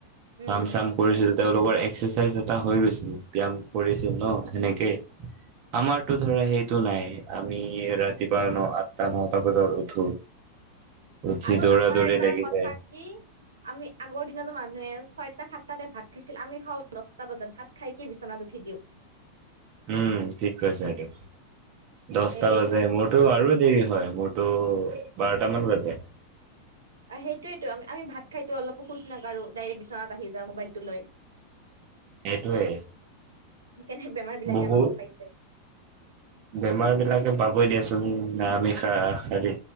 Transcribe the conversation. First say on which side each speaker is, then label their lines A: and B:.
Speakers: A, on the right (about 70°); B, on the right (about 40°).
A: উম
B: কাম-চাম কৰিছিল। তেওঁলোকৰ এক্সাৰচাইজ এটা হৈ গৈছিল ব্যয়াম কৰিছিল ন সেনে কে আমাৰ টো ধৰা সেইটো নাই, আমি ৰাতিপুৱা ন - আঠটা, নটা বজাত উঠো। উঠি
A: আৰু
B: দৌৰা
A: আমাৰ
B: দৌৰি
A: এটা
B: লাগি
A: কথা
B: যায়
A: কি আমি আগৰ দিনতো মানুহে ছয়টা সাতটাতে ভাত খাইছিল আমি খাওঁ দচটা বজাত ভাত খাইকে বিচনাত উঠি দিওঁ।
B: উম, ঠিক কৈছা এইটো। দচটা
A: সেই
B: বাজে, মোৰতো আৰু দেৰি হয়। মোৰতো বাৰ তা মান বাজে।
A: আৰু সেইটোৱেটো আমি - আমি ভাত খাইতো অলপো খোজ নাকাঢ়োঁ, ডাইৰেক্ট বিচনাত আহি যাওঁ মোবাইলটো লৈ
B: সেইটোৱে।
A: সেইকাৰণে বেমাৰ বিলাকে
B: বহুত
A: আমাক পাইছে।
B: বেমাৰ বিলাকে পাবই দিয়াচোন না আমি খা-খালি